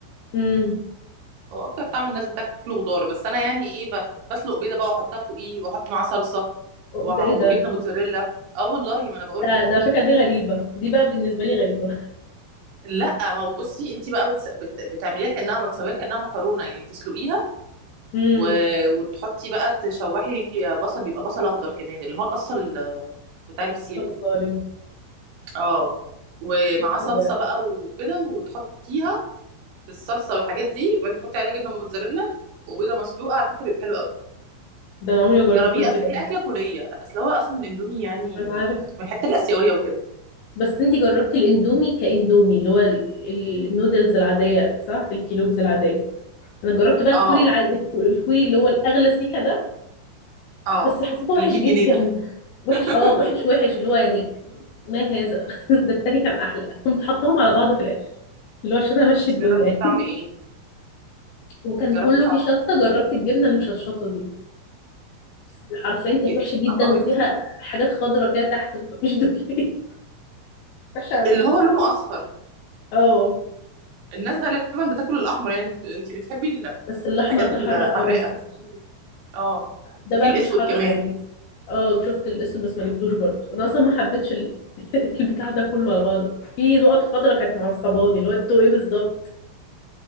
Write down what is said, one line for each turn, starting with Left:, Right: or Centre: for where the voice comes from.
Left: امم
Right: هو اكتر طعم الناس بتاكله خضار بس انا يعني ايه ب- بسلق بيضه بقى واحطها فوقيه واحط معاه صلصه
Left: أوه،
Right: وع-
Left: ده ايه ده
Right: وجبنه موتزاريلا اه والله ما انا بقول
Left: ده
Right: لك
Left: ده فكرة دي غريبة دي بقى بالنسبة لي غريبة
Right: لا ما هو بصي انت بقى بتس... بت... بتعمليها كانها بتسويها كانها مكرونه يعني تسلقيها
Left: امم
Right: و... وتحطي بقى تشوحي بصل بيبقى بصل اخضر كمان اللي هو البصل ال- بتاع الفسيخ
Left: خساري
Right: ده اه ومعاه
Left: إيه
Right: صلصه
Left: ده
Right: بقى وكده وتحطيها في الصلصه والحاجات دي وبعدين تحطي عليها جبنه موتزاريلا وبيضه مسلوقه على فكره بيبقى حلو قوي
Left: ده انا عمري ما جربتها
Right: جربيه
Left: كده
Right: اصل دي اكله كوريه اصل هو اصلا الاندومي يعني
Left: انا عارف
Right: من الحته الاسيويه وكده
Left: بس انتي جربتي الاندومي كاندومي اللي هو ال- ال- النودلز العادية صح الكيلوجز العادية انا جربت بقى الكوري
Right: اه
Left: الع... الكو- الكوري اللي هو الاغلى سيكا ده
Right: اه
Left: بس حسيته وحش
Right: اللي ب 100
Left: جدا
Right: جنيه ده
Left: وحش اه
Right: <laughs>
Left: وحش وحش اللي هو يعني ما هذا <laughs> ده التاني كان احلى كنت حطاهم على بعض في الاخر اللي هو عشان امشي
Right: انت
Left: الدنيا
Right: جربتي
Left: يعني
Right: طعم ايه
Left: وكان
Right: جربتي
Left: كله
Right: طعم
Left: فيه شطة جربت الجبنة المشطشطة دي بس حرفيا
Right: الج...
Left: كانت وحشة جدا
Right: اه
Left: وفيها
Right: انت
Left: حاجات خضرة كده تحت مش دول ايه وحشة أوي
Right: اللي هو لونه اصفر
Left: اه
Right: الناس غالبا بتاكل الاحمر يعني انت انت بتحبي ال-
Left: بس الأحمر
Right: الحاجات
Left: ده
Right: الحراقه
Left: حر قوي
Right: اه
Left: ده
Right: ده
Left: بقى
Right: في الاسود
Left: مش حر
Right: كمان
Left: عادي اه شفت الاسود بس ما جبتوش برضه انا اصلا ما حبيتش ال... <laughs> البتاع ده كله على بعضه في نقط خضرة كانت معصباني اللي هو انتوا ايه بالظبط